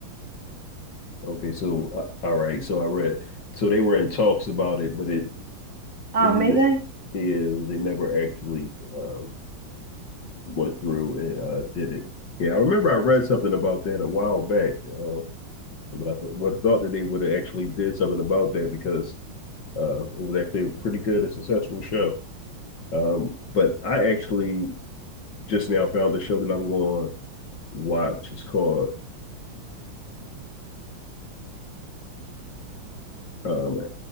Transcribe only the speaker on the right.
Oh,
maybe
that's